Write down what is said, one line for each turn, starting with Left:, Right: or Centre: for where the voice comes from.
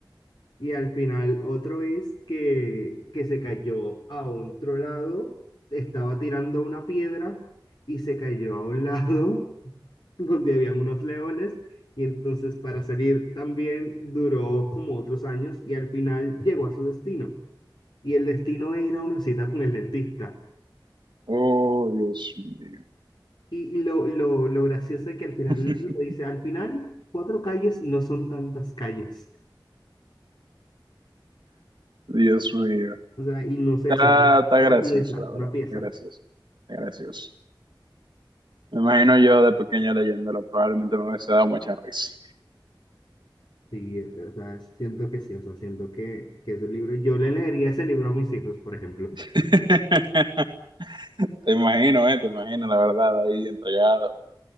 Left: y al final otro es que, que se cayó a otro lado, estaba tirando una piedra y se cayó a un <laughs> lado <laughs> donde habían unos leones y entonces para salir también duró como otros años y al final llegó a su destino. Y el destino era una cita con el dentista.
Right: Oh, Dios mío.
Left: Y, y lo, lo, lo gracioso es que al final
Right: <laughs>
Left: el libro dice, al final cuatro calles no son tantas calles.
Right: Dios mío.
Left: O sea, y no sé,
Right: Está,
Left: siento
Right: está
Left: una
Right: gracioso,
Left: pieza,
Right: la
Left: una
Right: verdad.
Left: pieza.
Right: Está gracioso. Está gracioso. Me imagino yo de pequeño leyéndolo, probablemente me hubiese dado mucha risa.
Left: Sí, eh, o sea, siento que sí, o sea, siento que, que ese libro, yo le leería ese libro a mis hijos, por ejemplo.
Right: <laughs> Te imagino, eh, te imagino, la verdad, ahí entregado.